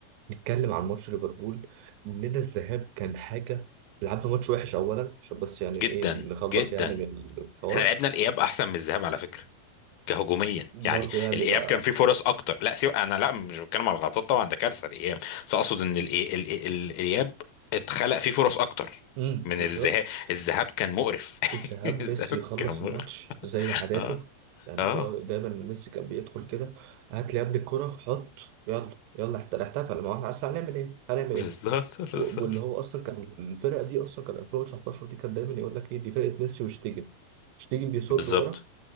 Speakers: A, on the right; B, on the left.
A: نتكلم عن ماتش ليفربول اننا الذهاب كان حاجه لعبنا ماتش وحش اولا عشان بس يعني
B: جدا
A: ايه نخلص
B: جدا
A: يعني من الحوار
B: احنا لعبنا الاياب احسن من الذهاب على فكره كهجوميا
A: برضه
B: يعني
A: يعني
B: الاياب
A: بقى
B: كان فيه فرص اكتر لا سيب انا لا مش بتكلم على الغلطات طبعا ده كارثه الاياب بس اقصد ان الإي- ال- ال- الاياب اتخلق فيه فرص اكتر
A: امم
B: من
A: بالظبط
B: الذهاب الذهاب كان مقرف <laughs>
A: الذهاب
B: الذهاب
A: ميسي يخلص
B: كان مقرف
A: الماتش زي عاداته
B: اه
A: يعني
B: اه
A: هو دايما ميسي كان بيدخل كده هات لي يا ابني الكرة حط يلا يلا احت- احتفل ما هو احنا أصل هنعمل ايه هنعمل
B: بالظبط
A: ايه و-
B: بالظبط
A: واللي هو اصلا كان الفرقه دي اصلا كان 2019 دي كان دايما يقول لك ايه دي فرقه ميسي وشتيجن شتيجن بيصد
B: بالظبط
A: ورا